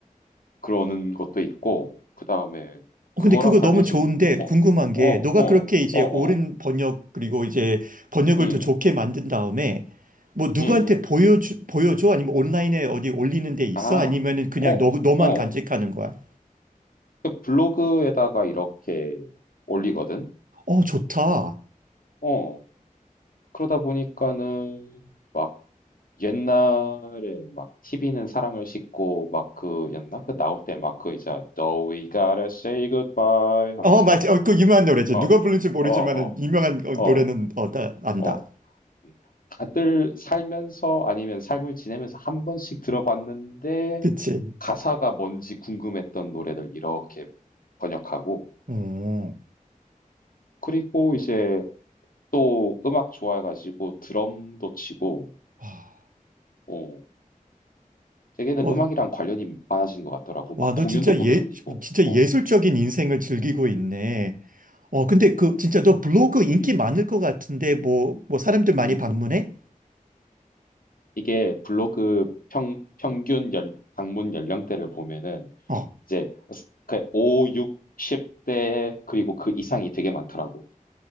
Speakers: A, on the left; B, on the right.
A: 그러는 것도 있고, 그 다음에
B: 어,
A: 그거랑
B: 근데 그거
A: 관련해서,
B: 너무 좋은데
A: 어,
B: 궁금한
A: 어,
B: 게
A: 어,
B: 너가
A: 어,
B: 그렇게 이제
A: 어,
B: 옳은 번역 그리고 이제 번역을
A: 음,
B: 더 좋게 만든 다음에 뭐 누구한테
A: 음,
B: 보여주, 보여줘? 아니면 온라인에 어디 올리는 데 있어?
A: 아,
B: 아니면은 그냥
A: 어,
B: 너, 너만
A: 어.
B: 간직하는 거야?
A: 그 블로그에다가 이렇게 올리거든?
B: 어, 좋다.
A: 어. 그러다 보니까는 옛날에 막 TV는 사랑을 싣고 막 그였나? 그 나올 때 막 그 이제 No, we gotta say goodbye 하면서
B: 어, 맞아. 어, 그 유명한 노래지.
A: 어,
B: 누가 부른지 모르지만은
A: 어, 어,
B: 유명한 어,
A: 어.
B: 노래는 어, 나, 안다.
A: 어, 음. 다들 살면서 아니면 삶을 지내면서 한 번씩 들어봤는데
B: 그치?
A: 가사가 뭔지 궁금했던 노래들 이렇게 번역하고
B: 어,
A: 그리고 이제 또 음악 좋아해가지고 드럼도 치고
B: 와,
A: 어, 되게는
B: 어,
A: 음악이랑 관련이 많아진 것 같더라고 막
B: 와, 너
A: 공연도
B: 진짜
A: 보러
B: 예,
A: 다니고
B: 진짜
A: 어,
B: 예술적인 인생을 즐기고 있네. 어, 근데 그 진짜 너 블로그 인기
A: 음,
B: 많을 것 같은데 뭐, 뭐 사람들 많이
A: 음.
B: 방문해?
A: 이게 블로그 평, 평균 연, 방문 연령대를 보면은
B: 어.
A: 이제 스- 그 5, 6, 0대 그리고 그 이상이 되게 많더라고.